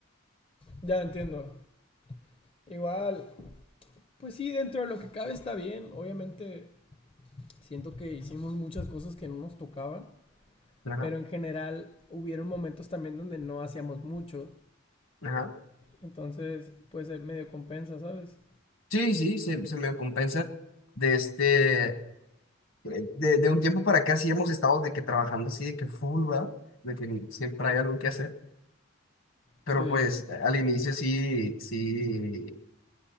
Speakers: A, on the left; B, on the left.
A: Ya entiendo. Igual, pues sí, dentro de lo que cabe está bien. Obviamente, siento que hicimos muchas cosas que no nos tocaban,
B: Ajá,
A: pero en general hubieron momentos también donde no hacíamos mucho.
B: ajá.
A: Entonces, pues eh, medio compensa, ¿sabes?
B: Sí, sí, se, se me compensa. De este, eh, de, de un tiempo para acá sí hemos estado de que trabajando así, de que full, ¿verdad? De que siempre hay algo que hacer. Pero
A: Sí.
B: pues al inicio sí, sí